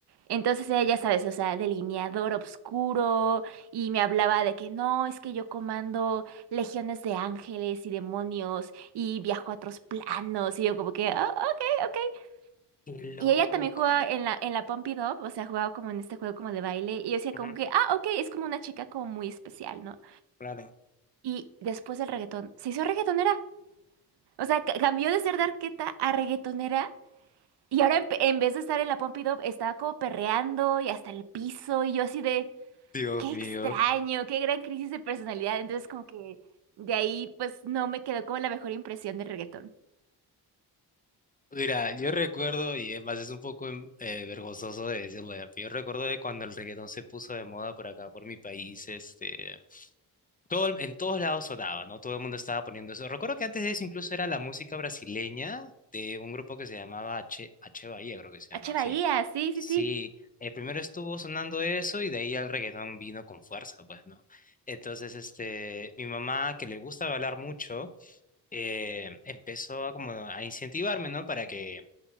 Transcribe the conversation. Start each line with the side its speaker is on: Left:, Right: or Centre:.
Right: Entonces ella, ya sabes, o sea, delineador oscuro y me hablaba de que no, es que yo comando legiones de ángeles y demonios y viajo a otros planos y yo como que, "Ah, ok, ok.
Left: Qué loco.
Right: Y ella también jugaba en la, en la Pump It Up, o sea, jugaba como en este juego como de baile y yo decía
Left: Ujú,
Right: como que, ah, ok, es como una chica como muy especial, ¿no?
Left: claro.
Right: Y después del reggaetón, se hizo reggaetonera. O sea, ca- cambió de ser de Arqueta a reggaetonera Y ahora en, en vez de estar en la Pompidou, estaba como perreando y hasta el piso y yo así de,
Left: Dios
Right: qué
Left: mío.
Right: extraño, qué gran crisis de personalidad. Entonces como que de ahí pues no me quedó como la mejor impresión del reggaetón.
Left: Mira, yo recuerdo, y es más, es un poco em, eh, vergonzoso de decirlo ya, pero yo recuerdo de cuando el reggaetón se puso de moda por acá, por mi país, este, todo, el- en todos lados sonaba, ¿no? Todo el mundo estaba poniendo eso. Recuerdo que antes de eso incluso era la música brasileña de un grupo que se llamaba H, H Bahía, creo que se llamaba,
Right: H. Bahía,
Left: sí.
Right: sí,
Left: Sí,
Right: sí, sí.
Left: eh, primero estuvo sonando eso y de ahí el reggaetón vino con fuerza, pues, ¿no? Entonces, este, mi mamá, que le gusta bailar mucho, eh, empezó a como a incentivarme, ¿no? Para que